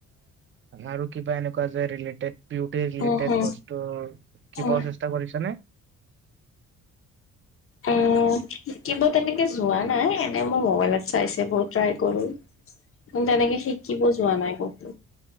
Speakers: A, on the right; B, on the left.
A: আৰু কিবা এনেকুৱা যে ৰিলেটেড বিউটি ৰিলেটেড
B: উম হু
A: বস্তু কিবা
B: উম,
A: চেষ্টা কৰিছা নে
B: উ শিকিব তেনেকে যোৱা নাই এনে মই মবাইলত চাই চাই বহুত ট্ৰাই কৰো তেনেকে শিকিব যোৱা নাই কতো